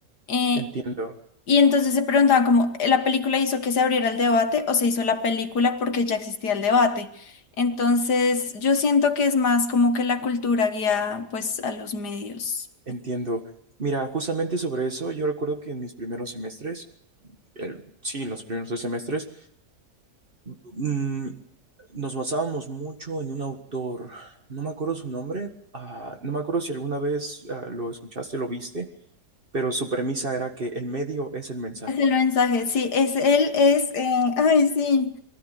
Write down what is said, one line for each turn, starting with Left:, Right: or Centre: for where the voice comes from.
Left: Eh,
Right: entiendo,
Left: y entonces se preguntaban como, ¿eh, ¿la película hizo que se abriera el debate o se hizo la película porque ya existía el debate? Entonces, yo siento que es más como que la cultura guía pues a los medios.
Right: entiendo. Mira, justamente sobre eso, yo recuerdo que en mis primeros semestres, el- sí, los primeros tres semestres, mm, nos basábamos mucho en un autor. No me acuerdo su nombre, ah, no me acuerdo si alguna vez ah, lo escuchaste, lo viste, pero su premisa era que el medio es el mensaje.
Left: Es el mensaje, sí, es él, es, eh, ay, sí,